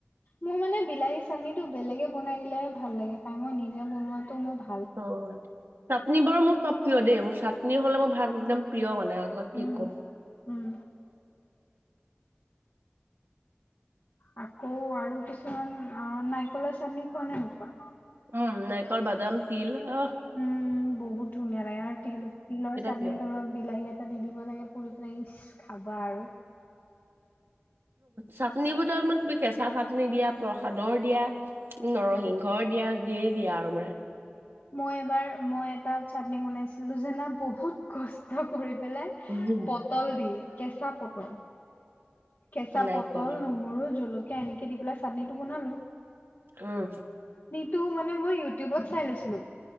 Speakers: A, on the left; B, on the right.
A: মোৰ মানে বিলাহী চাটনিটো বেলেগে বনাই দিলে ভাল লাগে খাই, মই নিজে বনোৱাটো মই ভাল
B: অ', চাটনি বাৰু মোৰ প্ৰিয় দেই মোৰ চাটনি হ'লে মই ভাত একদম প্ৰিয় মানে আৰু তমাক কি
A: উম,
B: ক'ম।
A: উম, আকৌ আৰু কিছুমান অ নাৰিকলৰ চাটনি খোৱা নে নোকুৱা
B: উম, নাৰিকল বাদাম তিল অ',
A: উম, বহুত ধুনীয়া লাগে আৰু তিল-তিলৰ চাটন
B: প্ৰিয়।
A: ধৰ বিলাহী এটা দি দিব লাগে পুৰি পেলাই খাবা আৰু।
B: চাকনি বটৰত ম তুমি কেঁচা চাটনি দিয়া প্ৰসাদৰ দিয়া নৰসিংহ দিয়া দিয়েই দিয়া আৰু মানে
A: মই এবাৰ মই এটা চাটনি বনাইছিলো জানা বহুত কষ্ট কৰি। পেলাই
B: উম।
A: পটল দি কেঁচা পটল কেঁচা
B: নাই
A: পটল
B: খোৱা বাৰু,
A: নহৰু জলকীয়া এনেকে দি পেলাই চাটনিটো বনালো
B: উম,
A: টো মানে ইউটিউব ট চাই লৈছিলো